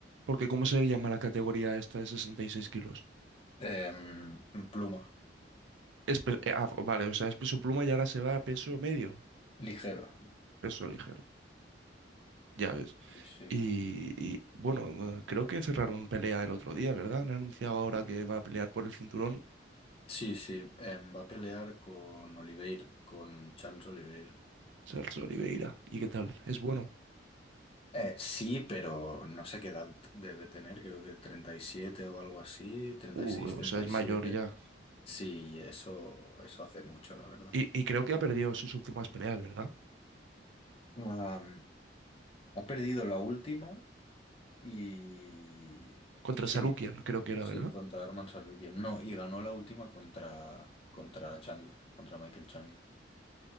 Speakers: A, on the right; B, on the left.
A: Porque ¿cómo se llama la categoría esta de 66 kilos?
B: Em, pluma,
A: Es pe- eh, ah, vale, o sea, es peso pluma y ahora se va a peso medio,
B: ligero.
A: peso ligero, ya ves.
B: Sí,
A: Y, y, bueno, eh, creo que cerraron pelea el otro día, ¿verdad? Han anunciado ahora que va a pelear por el cinturón
B: sí, sí. em, va a pelear con Oliveira, con Charles Oliveira.
A: Charles Oliveira. ¿Y qué tal? Es bueno.
B: Eh, sí, pero no sé qué edad debe tener, creo que 37 o algo así, treinta
A: Uh,
B: treinta y seis treinta
A: o sea, es
B: y siete
A: mayor ya.
B: Sí, eso, eso hace mucho, la verdad.
A: Y, y creo que ha perdido sus últimas peleas, ¿verdad?
B: Ah, ha perdido la última Y
A: Contra
B: sí,
A: Sarukian, creo que era,
B: sí,
A: ¿verdad?
B: contra Arman Sarukian. No, y ganó la última contra, contra Chandler, contra Michael Chandler.